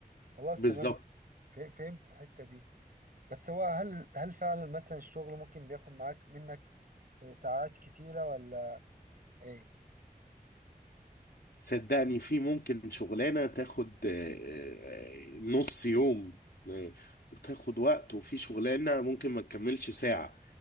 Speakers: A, on the right; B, on the left.
A: خلاص
B: بالظبط
A: تمام ف- فهمت الحتة دي بس هو هل هل فعلا مثلا الشغل ممكن بياخد معاك منك آه، ساعات كتيرة ولا ايه
B: صدقني في ممكن شغلانة تاخد آه، آه، نص يوم آه، وتاخد وقت وفي شغلانة ممكن ما تكملش ساعة